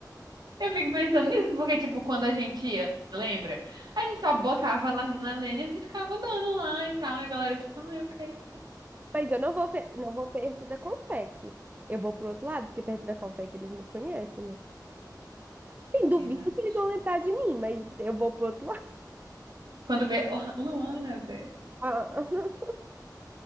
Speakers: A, on the right; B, on the right.
A: Eu fico pensando nisso, porque, tipo, quando a gente ia, lembra? A gente só botava lá na Lanyard e ficava andando lá e tal. E a galera, tipo, ah, eu quero.
B: Mas eu não vou, fe- não vou perto da Confec. Eu vou pro outro lado, porque perto da Confec eles me conhecem, né? Sim, duvido
A: Verdade.
B: que eles vão lembrar de mim, mas eu vou pro outro lado. <laughs>
A: Quando vê, <laughs> oh, Luana, você.
B: Ah, <laughs>